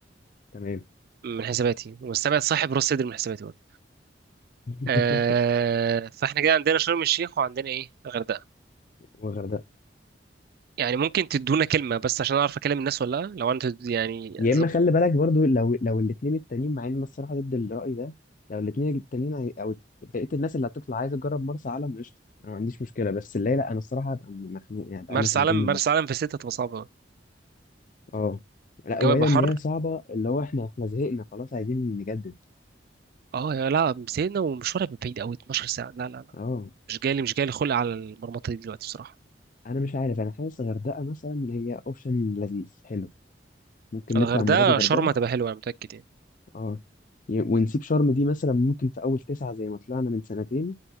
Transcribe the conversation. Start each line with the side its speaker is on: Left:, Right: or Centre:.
Left: تمام
Right: من حساباتي ومستبعد صاحب راس صدري من حساباتي برضه
Left: <laughs>
Right: آه فاحنا كده عندنا شرم الشيخ وعندنا ايه الغردقه
Left: وغردقة
Right: يعني ممكن تدونا كلمه بس عشان اعرف اكلم الناس ولا لا لو انت يعني
Left: يا
Right: زب-
Left: اما خلي بالك برضو لو لو الاثنين التانيين مع ان أنا الصراحة ضد الرأي ده لو الاثنين التانيين عاي- او بقية الناس اللي هتطلع عايزة تجرب مرسى علم قشطة انا ما عنديش مشكلة بس اللي هي لا انا الصراحة هبقى مخنوق يعني بقالنا
Right: مرسى
Left: سنتين
Right: علم
Left: بنروح
Right: مرسى علم في ستة هتبقى صعبه أوي.
Left: اه لا
Right: الجو
Left: وبعيدا
Right: هيبقى حر
Left: ان هي صعبة اللي هو احنا احنا زهقنا خلاص عايزين نجدد
Right: اه يا لا مسينا ومشوار هيبقى بعيد قوي 12 ساعه لا لا لا
Left: اه
Right: مش جالي مش جالي خلق على المرمطه دي دلوقتي بصراحه
Left: انا مش عارف انا حاسس غردقة مثلا هي اوبشن لذيذ حلو ممكن
Right: الغردقه
Left: نطلع المرة دي غردقة
Right: شرم هتبقى حلوه انا متاكد يعني
Left: اه ي- ونسيب شرم دي مثلا ممكن في أول تسعة زي ما طلعنا من سنتين